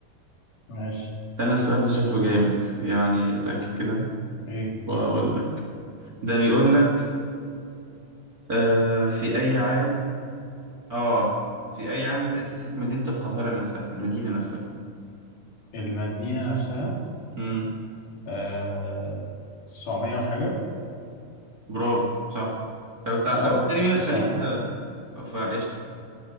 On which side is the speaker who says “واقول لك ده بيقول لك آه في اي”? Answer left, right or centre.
Right